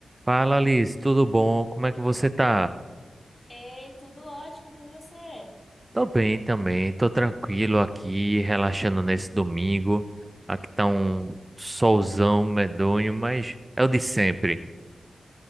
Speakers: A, on the right; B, on the left.
A: Fala, Alice, tudo bom? Como é que você tá?
B: Ei, tudo ótimo e com você?
A: Tô bem também, tô tranquilo aqui, relaxando nesse domingo. Aqui tá um solzão medonho, mas é o de sempre.